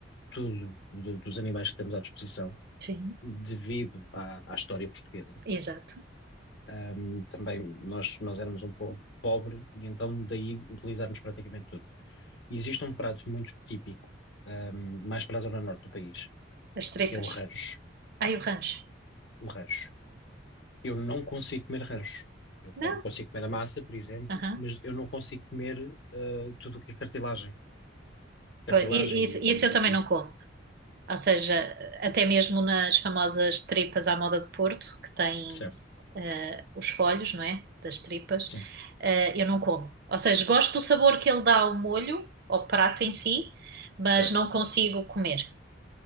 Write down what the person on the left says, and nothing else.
tudo do- dos animais que temos à disposição,
devido à, à história portuguesa.
Ahm, também nós, nós éramos um povo pobre e então daí utilizarmos praticamente tudo. Existe um prato muito típico, ahm, mais para a zona norte do país,
que é o rancho.
O rancho. Eu não consigo comer rancho. Eu, co-
eu consigo comer a massa, por exemplo,
mas eu não consigo comer ah, tudo o que é cartilagem. cartilagem
e,
e-
e-
certo,
sim,
certo.